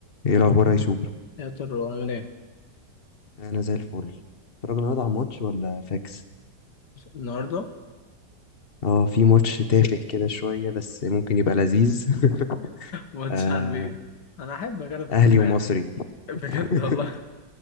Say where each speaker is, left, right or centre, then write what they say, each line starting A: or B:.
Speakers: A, on the left; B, on the left.
A: ايه الاخبار يا يوسف
B: يا ترى عامل ايه؟
A: انا زي الفل اتفرج النهارده على الماتش ولا فاكس؟
B: النهارده
A: اه في ماتش تافه كده شويه بس ممكن يبقى لذيذ <laughs>
B: واتس
A: آه
B: على البيت انا احب اجرب التفاهه
A: اهلي ومصري
B: بجد
A: <laughs>
B: والله